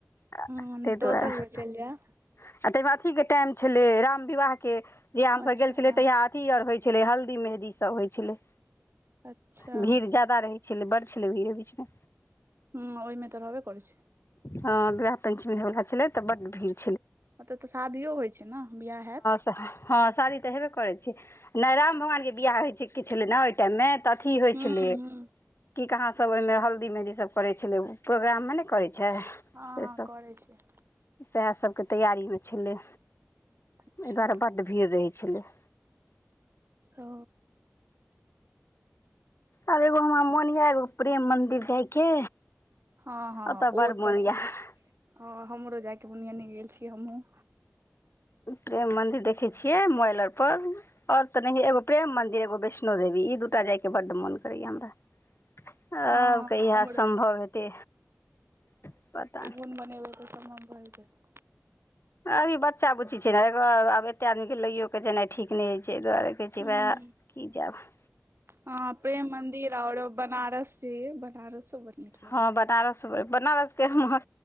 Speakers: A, on the left; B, on the right.
A: <unintelligible>
B: हूं
A: तैय दुआरे
B: दोसर बेर चलि जायब
A: तैय मे अथीके टाइम छेल्लै राम विवाहके। जहिया हम
B: अच्छा
A: सब गेल छेलियै तहिया अथी और होय छेलै हल्दी मेहदी सब होय छेलै।
B: अच्छा
A: भीड़ जादा रहै छेलै बड़ छेलै भीर ओय बीचमे।
B: हूँ ओयमे तऽ रहबे करे छैय।
A: हँ विवाह पंचमी होइ बला छेलै तऽ बड भीर।
B: ओतऽ तऽ शादियो होय छैय नऽ बिआह हेएत।
A: तऽ हँ शादी तऽ हेबे करै छैय नाय राम भगवानके बियाह होय छै किछ नेै। टाइम मे तऽ अथी होय
B: हूं
A: छेलै।
B: हूं
A: की कहां सब ओय मे हल्दी मेहदी सब करेै छेल्लै ओ प्रोग्राम मे नेैय करै। छै
B: हँ
A: सेसब
B: हँ करै छै
A: सएह सबके तैयारी होइ छेल्लै।
B: अच्छा
A: एहि दुआरे बड्ड भीर रहै छेल्लै।
B: ओ
A: आब एगो हमरा मोन या एगो प्रेम मंदिर जायके।
B: हँ हँ
A: ओतऽ
B: ओ
A: बड़
B: तऽ
A: मोन
B: छैय
A: यऽ
B: हँ हमरो जायके मोन या नै गेल छी हमहुँ।
A: प्रेम मन्दिर देखेै छियै मोबाइल और पर। और तऽ नहिये एगो प्रेम मन्दिर एगो वैष्णो देवी ई दूटा जायके बड्ड मोन करैय या हमरा। आब
B: हँ
A: कहिया
B: हमरो
A: संम्भव हेतै पता नै।
B: हम बनेबेैय। <unintelligible>
A: अभी बच्चा बुच्ची छै ने आब एते आदमीके लैयो के जेनाइ ठीक नै होइ छै एहि दुआरे। कहेै छी
B: हूँ
A: भेए की जेब।
B: हँ प्रेम मन्दिर और बनारस जे अइ बनारसो बड़ नीक लगै
A: हँ
B: छै
A: बनारस
B: जाय मे।
A: बनारस के हमर